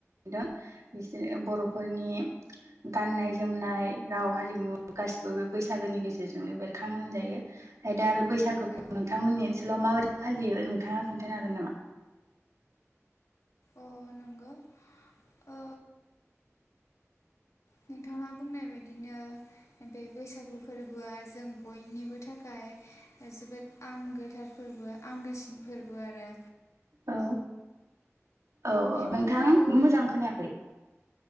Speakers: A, on the right; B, on the left.
A: बिसोर बर' फोरनि गाननाय जोमनाय राव हारिमु गासिबो बे बैसागोनि गेजेरजोंनो बेरखांङो होनजायो ओमफ्राय दा बे बैसागोखौ
B: ओं
A: नोंथांमोननि ओनसोलाव माबायदि फालियो नोंथांङा खोन्थानो हागोन नामा?
B: अ नंगौ ओ नोंथांङा बुंनाय बायदिनो बे बैसागु फोरबोआ जों बयनिबो थाख थाखाय जोबोद आंगोथार फोरबो आंगोसिन फोरबो आरो।
A: औ औ
B: बे
A: औ
B: फोरबोखौ
A: नोंथां मोजां खोनायाखै।